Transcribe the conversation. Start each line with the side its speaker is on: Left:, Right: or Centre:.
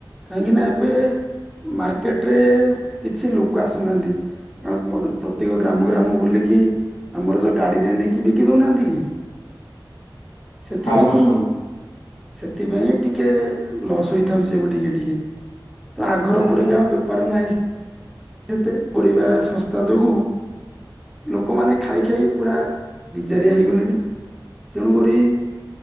Centre: କାହିଁକିନା ଏବେ ମାର୍କେଟରେ କିଛି ଲୋକ ଆସୁନାହାନ୍ତି। ଆଉ ପତ ପ୍ରତ୍ୟେକ ଗ୍ରାମ ଗ୍ରାମ ବୁଲିକି ଆମର ଯୋଉ ଗାଡିରେ ନେଇକି ବିକି ଦୋଉନାହାନ୍ତି କି। ସେଥିପାଇଁ
Left: ହଁ ହଁ ହଁ।
Centre: ସେଥିପାଇଁ ଏ ଟିକେ ଲସ୍ ହେଇଥାଉଛି ଏବେ ଟିକେ ଟିକେ ତ ଆଘରେ
Left: ଆଚ୍ଛା
Centre: ପଡିକି ଆଉ ବେପାର ନାହିଁ ସେ ସେତେ ପଡିବା ଶସ୍ତା ଯୋଗୁ ଲୋକମାନେ ଖାଇ ଖାଇ ପୁରା ବିଜାରିଆ ହେଇଗଲେଣି ତେଣୁ ଗୋ କି